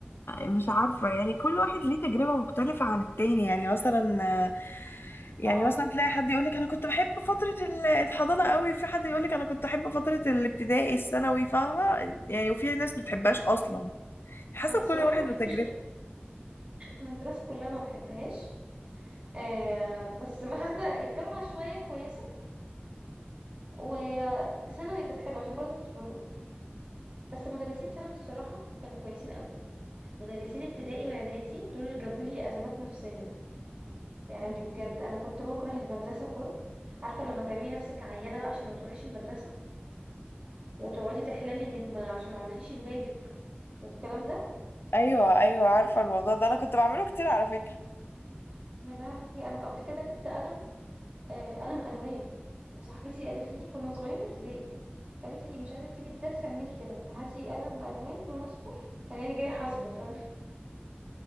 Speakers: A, on the left (about 65°); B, on the right (about 30°).
A: مش عارفة يعني كل واحد ليه تجربة مختلفة عن التاني يعني مثلا يعني
B: اه
A: مثلا تلاقي حد يقولك أنا كنت بحب فترة ال- الحضانة قوي في حد يقولك أنا كنت أحب فترة الابتدائي الثانوي فاهمة يعني وفي ناس بتحبهاش أصلا حسب
B: انا الصراحة
A: كل واحد
B: ما بحبش
A: وتجربته
B: المدرسة كلها ما بحبهاش آه بس <laughs> ما عدا الجامعة شوية كويسة وثانوي كانت حلوة عشان برضه ما كنتش بروح بس مدرسين ثانوي الصراحة كانوا كويسين قوي مدرسين ابتدائي واعدادي دول اللي جابوا لي ازمات نفسية يعني بجد انا كنت بكره المدرسه كره عارفه لما تعملي نفسك عيانه بقى عشان ما تروحيش المدرسه وتقعدي تحلمي انك ما عشان ما عملتيش الواجب والكلام ده
A: ايوه ايوه عارفه الموضوع ده انا كنت بعمله كتير على فكره
B: يا لهوي انا قبل كده جبت قلم آه قلم الوان صاحبتي قالت لي كنا صغيرين في ابتدائي قالت لي مش عايزه تيجي الدرس اعملي كده هاتي قلم الوان لون اصفر خليني جاي حصبه فاهم <laughs>